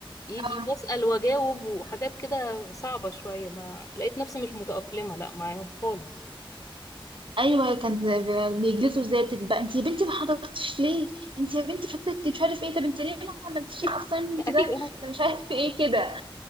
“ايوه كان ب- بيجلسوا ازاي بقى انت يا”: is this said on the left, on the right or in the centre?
Right